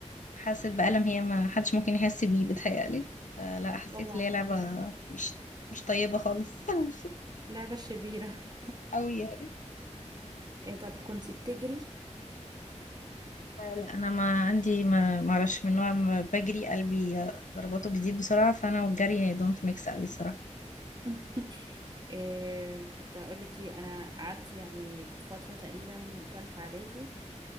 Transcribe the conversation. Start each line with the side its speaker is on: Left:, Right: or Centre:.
Left: حاسة بألم هي ما حدش ممكن يحس بيه بتهيألي لا حسيت
Right: طبعا
Left: ان هي لعبة مش مش طيبة خالص <laughs>
Right: لعبة شريرة
Left: أوي يعني
Right: <laughs> إيه طب كنتي بتجري
Left: آه، لا انا ما عندي ما ما اعرفش من نوع ما بجري قلبي آه، ضرباته بتزيد بسرعه فانا والجري دونت ميكس قوي الصراحه
Right: <laughs> إيه كنت هقولك ايه أنا قعدت يعني فترة تقريبا تالتة إعدادي